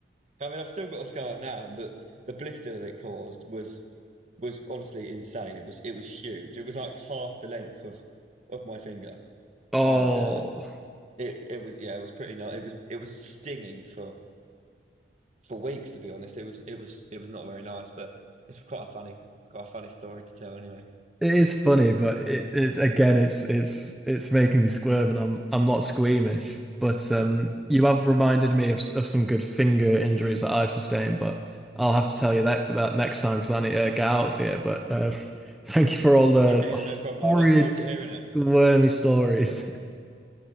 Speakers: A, on the right; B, in the centre.
A: I mean, I've still got a scar now. The the blister that it caused was was honestly insane. It was it was huge. It was like half the length of of my finger,
B: Oh.
A: and uh, it it was yeah, it was pretty nice. It was it was stinging for for weeks, to be honest. It was it was it was not very nice, but it's quite a funny quite a funny story to tell anyway.
B: It is funny, but it is again, it's it's it's making me squirm, and I'm I'm not squeamish. But um, you have reminded me of s- of some good finger injuries that I've sustained. But I'll have to tell you that that next time because I need to get out of here. But uh, <laughs> thank you for all the,
A: Yeah, yeah,
B: the
A: no problem.
B: horrid,
A: I look forward to hearing it.
B: wormy stories. <laughs>